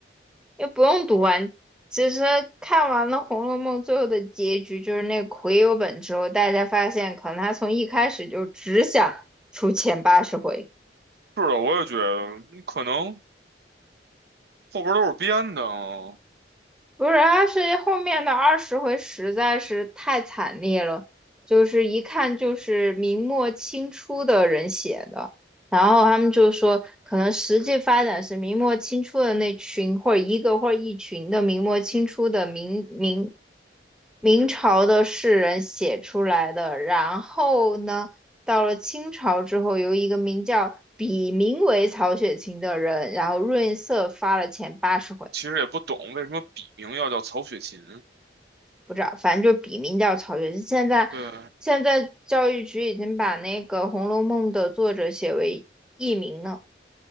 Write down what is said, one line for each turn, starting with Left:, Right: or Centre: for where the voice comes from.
Centre: 也不用读完，其实看完了《红楼梦》最后的结局，就是那个癸酉本之后，大家发现可能他从一开始就只想出前八十回。
Right: 是的，我也觉得嗯可能后边都是编的啊，
Centre: 不是，他是后面的二十回实在是太惨烈了，就是一看就是明末清初的人写的，然后他们就说，可能实际发展是明末清初的那群，或者一个或者一群的明末清初的明明明朝的士人写出来的，然后呢，到了清朝之后，由一个名叫笔名为曹雪芹的人，然后润色发了前八十回。
Right: 其实也不懂为什么笔名要叫曹雪芹，
Centre: 不知道，反正就笔名叫曹雪芹。现在现在教育局已经把那个《红楼梦》的作者写为佚名了。
Right: 对，